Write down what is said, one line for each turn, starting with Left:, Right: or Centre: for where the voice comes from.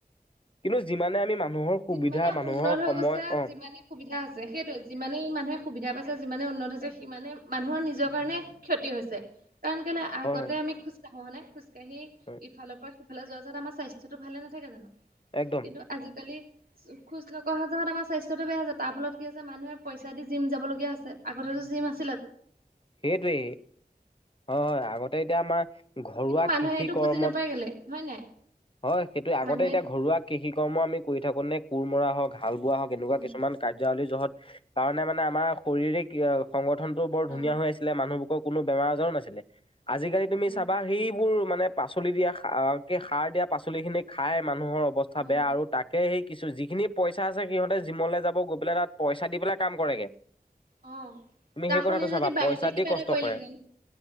Left: কিন্তু যিমানে আমি মানুহৰ সুবিধা
Right: যিমানে
Left: মানুহৰ
Right: উন্নত হৈ
Left: সময়
Right: গৈছে,
Left: অ'
Right: যিমানে সুবিধা হৈছে, সেইটোৱে যিমানেই ই মানুহে সুবিধা পাইছে, যিমানে উন্নত হৈছে, সিমানে মানুহৰ নিজৰ কাৰণেই ক্ষতি হৈছে। কাৰণ কেলে? আগতে
Left: হয় হয়
Right: আমি খোজ কাঢ়ো, খোজকাঢ়ি
Left: হয়
Right: ইফালৰ পৰা সিফালে যোৱা যত আমাৰ স্বাস্থ্যতটো ভালে নাথাকে, জানো
Left: একদম
Right: কিন্তু আজিকালি খোজ নকঢ়া ফলত আমাৰ স্বাস্থ্যটো বেয়া হৈছে। তাৰ ফলত কি হৈছে? মানুহে পইচা দি জিম যাবলগীয়া হৈছে। আগতেটো জিম আছে
Left: সেইটোৱেই। অ হয় আগতে এতিয়া আমাৰ ঘৰুৱা
Right: কিন্তু মানুহেটো
Left: কৃষি কৰ্মত
Right: বুজি নাপায় কেলে হয় নাই?
Left: হয় সেইটোয়ে আগতে
Right: মানুহেটো
Left: এতিয়া ঘৰুৱা কৃষি কৰ্ম আমি কৰি থাকো নে কোৰ মৰা হওক হাল বোৱা হওঁক। তেনেকুৱা
Right: উম
Left: কিছুমান কাৰ্যাৱলী জহত কাৰণে মানে আমাৰ শৰীৰিক সংগঠন বৰ
Right: অ
Left: ধুনীয়া হৈ আছিলে, মানুহবোৰৰ কোনো বেমাৰ- আজাৰো নাছিলে। আজিকালি তুমি
Right: অ
Left: চাবা সেইবোৰ মানে পাচলি দিয়া, সাৰ দিয়া পাচলি খিনি খাই মানুহৰ অৱস্থা
Right: অ
Left: বেয়া আৰু তাকে সেই কিছু যিখিনি পইচা আছে সিহতে জিমলৈ যাব গৈ পেলাই তাত পইচা দি পেলাই কাম কৰে।
Right: অ
Left: তুমি
Right: তাৰ
Left: সেই
Right: সলনি
Left: কথাটো চাবা
Right: যদি বাৰীতে
Left: পইচা
Right: কিবা
Left: দি কষ্ট
Right: এটা কৰিলেহেঁতেন
Left: কৰে।